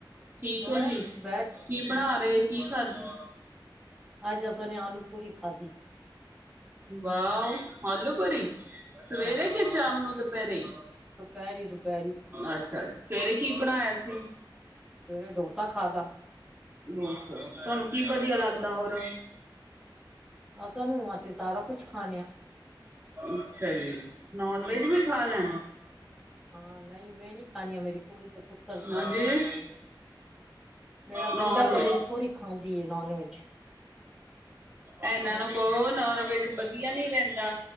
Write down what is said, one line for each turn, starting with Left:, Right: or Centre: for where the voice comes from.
Right: ਠੀਕ
Centre: ਬਸ
Right: ਹੋ ਜੀ
Centre: ਬੈਠ
Right: ਕੀ ਬਣਾ
Centre: ਹਾਂ ਠੀਕ
Right: ਰਹੇ ਕੀ
Centre: ਆ
Right: ਖਾਧੇ
Centre: ਅੱਜ ਅਸਾਂ ਨੇ ਆਲੂ ਪੂਰੀ ਖਾਧੀ।
Right: ਵਾਓ ਆਲੂ ਪੁੁਰੀ ਸਵੇਰੇ
Centre: ਹਾਂ
Right: ਕੇ ਸ਼ਾਮ
Centre: ਆਲੂ
Right: ਨੂੰ
Centre: ਪੂਰੀ
Right: ਦੁਪਹਿਰੇ
Centre: ਦੁਪਹਿਰੀ ਦੁਪਹਿਰੀ
Right: ਅੱਛਾ ਸਵੇਰੇ ਕੀ ਬਣਾਇਆ ਸੀ।
Centre: ਸਵੇਰੇ ਡੋਸਾ ਖਾ ਦਾ
Right: ਬੱਸ ਤੁਹਾਨੂੰ ਕੀ ਵਧੀਆ ਲੱਗਦਾ ਹੋਰ
Centre: ਹ ਸਾਨੂੰ ਅਸੀਂ ਸਾਰਾ ਕੁਛ ਖਾਣੇ ਆ
Right: ਅੱਛਾ ਜੀ ਨੋਨ ਵੈਜ ਵੀ ਖਾ ਲੈਣ
Centre: ਹਾਂ ਨਹੀਂ ਮੈਂ ਨੀ ਖਾਣੀ ਆ ਮੇਰੀ ਕੁੜੀ ਤੇ ਪੁੱਤਰ ਖਾਣਾ
Right: ਹਾਂਜੀ।
Centre: ਮੇਰਾ Non veg. ਮੇਰਾ ਮੁੰਡਾ
Right: ਨੋਨ
Centre: ਤੇ
Right: ਵੈਜ
Centre: ਮੇਰੀ ਕੁੜੀ ਖਾਂਦੀ ਨੋਨ ਵੈਜ।
Right: ਇਹਨਾਂ
Centre: ਮੈਂ
Right: ਨੂੰ
Centre: ਨੀ
Right: ਕਹੋ
Centre: ਖਾਂਦੀ
Right: ਨੋਨ ਵਜ ਬ ਵਧੀਆ ਨੀ ਰਹਿੰਦਾ